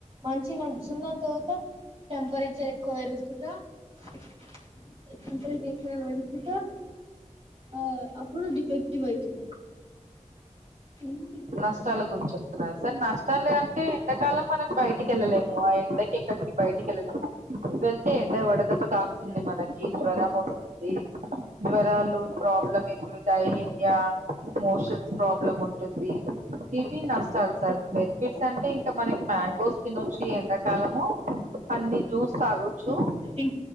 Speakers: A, on the right (about 50°); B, on the right (about 70°).
A: మంచి నడుచుందని తర్వాత టెంపరేచ చర్ ఎక్కువ ఏరేసుకుట <unintelligible> ఆ అప్పుడు డిఫెక్టివ్ అయితుంది ఏంది
B: నష్టాల గురించి చెప్తున్నారు సార్ నష్టాలు అంటే ఎండాకాలం మనం బయటికి ఎళ్ళలేము ఆ ఎండకి ఎక్కడికి బయటికి ఎళ్ళాళ్ళేము వెళ్తే ఎండ వడదెబ్బ తాకుతుంది మనకి జ్వరం వస్తుంది జ్వరాలు ప్రాబ్లమ్ ఏ డైహేరియా మోషన్స్ ప్రాబ్లమ్ ఉంటుంది ఇవి నష్టాలు సార్ బెనిఫిట్స్ అంటే ఇంకా మనకి మ్యాంగోస్ తినొచ్చు ఎండాకాలము అన్ని జ్యూస్ తాగొచ్చు
A: ఇం